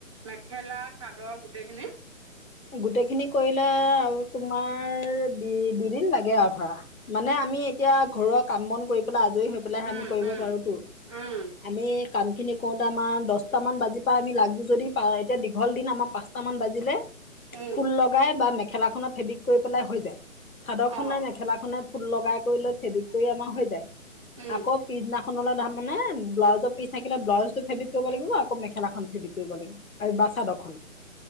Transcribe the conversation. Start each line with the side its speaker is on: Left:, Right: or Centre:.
Right: মেখেলা চাদৰ। গোটেইখিনিত।
Left: গোটেই খিনি কৰিলে আৰু তোমাৰ দু দুদিন লাগে। এয়া ধৰা মানে। আমি এতিয়া ঘৰুৱা কাম বন কৰি পেলাই আজ হৈ পেলাইহে
Right: উম
Left: আমি কৰিব
Right: উম
Left: পাৰোতো
Right: উম
Left: আমি কাম খিনি কওঁতে আমাৰ দহটামান বজাৰ পৰা আমি লাগো যদি এতিয়া দীঘল দিন আমাৰ পাঁচটামান বাজিলে
Right: উম
Left: ফুল লগাই বা মে। মেখেলা খনত ফেব্ৰিক কৰি পেলাই হৈ যায়। চাদৰ খনত
Right: অ
Left: মেখেলাখনে ফুল লগাই কৰি লৈ ফেব্ৰিক কৰি আমাৰ হৈ যায়।
Right: উম
Left: আকৌ পিছদিনাখনলৈ দাম। মানে ব্লাউজৰ পিছ থাকিলে ব্লাউজটো ফেবিক কৰিব লাগিব আকৌ মেখেলাখন ফেবিক কৰিব লাগিব আৰু বা চাদৰ খন।